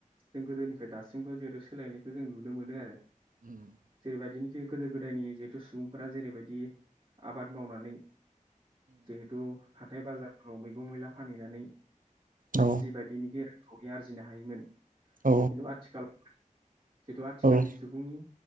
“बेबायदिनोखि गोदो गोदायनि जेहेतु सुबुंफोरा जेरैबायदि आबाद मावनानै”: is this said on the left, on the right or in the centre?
Right